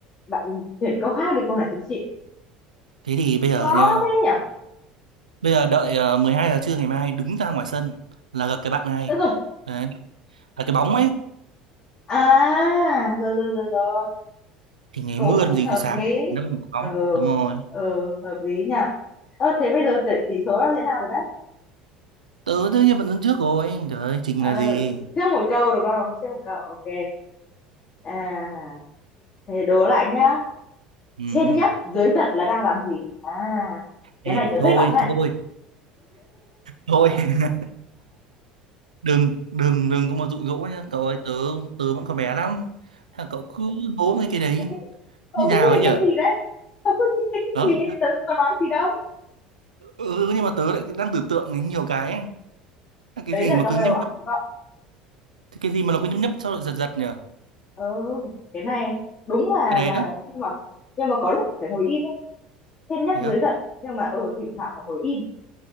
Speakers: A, on the left (about 40°); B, on the right (about 80°).
A: bạn chuyển câu khác đi câu này tôi chịu
B: Thế thì bây giờ
A: khó
B: nha.
A: thế nhỉ
B: Bây giờ đợi ờ, 12 giờ trưa ngày mai đứng ra ngoài sân là gặp cái bạn ngay.
A: được rồi
B: Đấy, là cái bóng ấy
A: à rồi rồi rồi rồi
B: thì ngày
A: cũng
B: mưa làm gì
A: hợp
B: có sáng,
A: lý
B: đâu mà có
A: ừ
B: bóng. Đúng rồi.
A: ừ hợp lý nhỉ ờ, thế bây giờ tỷ, tỷ số là thế nào rồi đấy
B: Tớ tất nhiên vẫn đứng trước rồi. Trời ơi, Trình
A: ờ,
B: là gì?
A: trước một câu đúng không trước một câu ok à thế đố lại nhá
B: Ừ.
A: trên
B: ừ.
A: nhấp dưới giật là đang làm gì à cái
B: Ê,
A: này tớ
B: thôi,
A: thích lắm này
B: thôi, thôi. <laughs> Đừng, đừng, đừng có mà dụ dỗ nhá. Cậu ơi, tớ, tớ vẫn còn bé lắm. Thế là cậu cứ hố với cái đấy.
A: <laughs> cậu
B: Như nào
A: nghĩ về
B: ấy nhở?
A: cái gì đấy tớ không nghĩ đến cái
B: Đó.
A: gì tớ không có nói gì đâu
B: Ừ, ừ, nhưng mà tớ lại đang tưởng tượng đến nhiều cái ấy. Là Cái
A: đấy
B: gì
A: là
B: mà
A: do
B: cứ nhấp
A: đầu óc
B: nhấp,
A: của cậu
B: cái gì mà nó cứ nhấp nhấp sau rồi giật giật nhở?
A: ừ cái này đúng là
B: Cái đấy
A: là
B: đó.
A: nhưng mà nhưng mà có lúc phải ngồi im ấy trên nhắc
B: Thế
A: dưới
B: á?
A: giật nhưng mà ừ thỉnh thoảng phải ngồi im